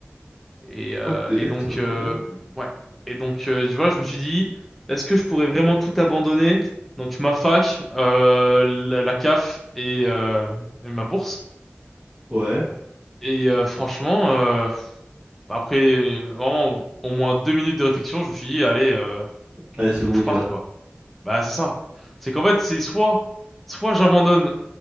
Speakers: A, in the centre; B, on the right (about 20°).
A: Et, euh,
B: Pack de lettres,
A: et donc,
B: ok,
A: euh,
B: ouais.
A: ouais. Et donc, euh, tu vois, je me suis dit, est-ce que je pourrais vraiment tout abandonner? Donc, ma fac, euh, la, la CAF et euh, et ma bourse.
B: Ouais.
A: Et euh, franchement, euh, après euh, vraiment au moins deux minutes de réflexion, je me suis dit, allez, euh,
B: Allez, c'est
A: il faut
B: bon,
A: que
B: on
A: je
B: y
A: parte,
B: va.
A: quoi. Bah, c'est ça. C'est qu'en fait, c'est soit, soit j'abandonne,